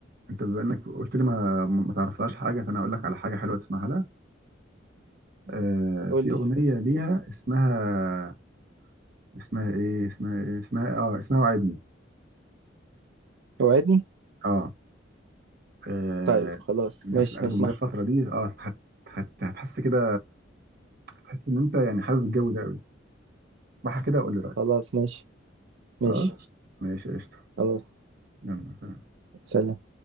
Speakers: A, on the right; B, on the right.
A: انت بما انك قلت لي ما ما تعرفلهاش حاجه فانا اقول لك على حاجه حلوه تسمعها لها آه،
B: قول
A: في اغنيه
B: لي
A: ليها اسمها اسمها ايه اسمها إيه؟ اسمها اه اسمها وعدني
B: وعدني
A: اه آه،
B: طيب خلاص
A: نفس
B: ماشي
A: الالبوم
B: هسمح
A: ده الفتره دي اه هت هت هتحس كده هتحس ان انت يعني حابب الجو ده قوي اسمعها كده وقول لي رايك
B: خلاص ماشي ماشي
A: خلاص ماشي قشطه
B: خلاص
A: يلا سلام
B: سلام